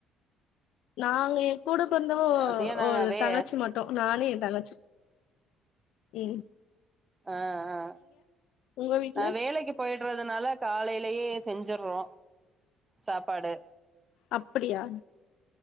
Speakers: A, on the left (about 75°); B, on the right (about 15°).
A: நாங்க எ கூட பொறந்தவ
B: அது ஏ நாங்க
A: ஒரு
B: வே
A: தங்கச்சி மட்டு ட்டு நானு எ தங்கச்சி உம்
B: ஆ ஆ
A: உங்க வீட்ல
B: நா வேலக்கி போயிட்றதுனால காலையிலயே செஞ்சிற்றோ சாப்பாடு
A: அப்படியா